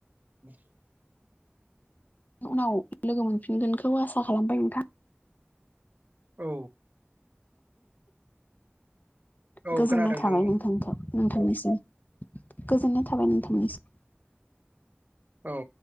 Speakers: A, on the right (about 45°); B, on the left (about 45°).
A: <unintelligible>
B: उनाव लोगो मोनफिनगोनखौ आसा खालामबाय नोंथां।
A: औ औ
B: गोजोननाय
A: खोनादों
B: थाबाय
A: नोंथां बुं
B: नोंथांखौ नोंथांनिसिम गोजोननाय थाबाय नोंथांनिसिम।
A: औ